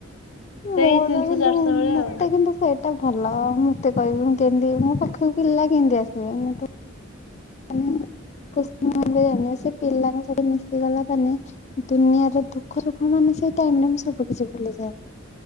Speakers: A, on the left (about 75°); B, on the left (about 35°).
A: ସେଇ
B: ମୋର
A: ତିନିଶହ
B: କିନ୍ତୁ
A: ଚାରିଶହ ଭଳିଆ
B: ମୋତେ
A: ଆଉ ହୁଁ।
B: କିନ୍ତୁ କୁହେ ଏଟା ଭଲ ମୋତେ କହିବେ ମୁଁ କେମିତି ମୋ ପାଖକୁ ପିଲା କେମିତି ଆସିବେ ମୁଁ ମାନେ ଆକ୍ଷ୍ମତରେ ସେ ପିଲାଙ୍କ ସହିତ ମିଶିଗଲା ମାନେ ଦୁନିଆର ଦୁଃଖ ସୁଖ ମାନେ ସେଇ ଟାଇମରେ ମୁଁ ସବୁ କିିଛି ଭୁଲିଯାଏ।